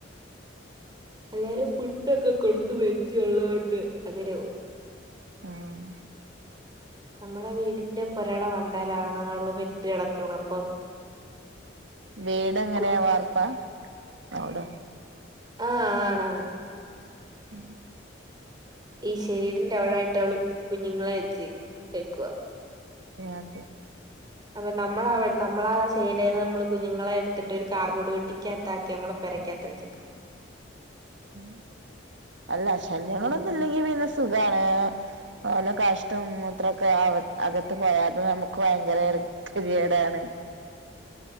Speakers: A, on the right; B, on the right.
A: എല്ലാരും ഫുഡൊക്കെ കൊടുത്ത് പരിജയം ഉള്ളോണ്ട് അങ്ങനെപോം
B: ആഹ്
A: നമ്മടെ വീടിന്റെ പൊരേടെ മണ്ടേലാണ് അവള് പെറ്റ കിടക്ക്ണ അപ്പം <inaudible>
B: വീട് എങ്ങനെയാ
A: കുട്ടി
B: വാർത്ത അവിടെ
A: ആഹ് ആണാണ്
B: ഉം
A: ഈ ഷെയ്ഡിന്റെ അവിടായിട്ട് അവള് കുഞ്ഞുങ്ങളെ വെച്ച് വെച്ചേക്കുവാ
B: അത്
A: അപ്പം നമ്മള് അവി നമ്മളാ ഷെയ്ടേന്ന് നമ്മള് കുഞ്ഞുങ്ങളെ എടുത്തിട്ട് ഒരു കാർബോർഡ് പെട്ടിക്കാത്താക്കി നമ്മള് പെ രക്കാത്ത് വെച്ചക്ക്ണ്
B: ഉം അല്ല ശല്യങ്ങളൊന്നും
A: ആഹ്
B: ഇല്ലെങ്കി പിന്നെ സുഖാണ്. ഓല കാഷ്ടം മൂത്രൊക്കെ അക അകത്ത് പോയാ അത് നമുക്ക് ഭയങ്കര കിരിയേടാണ്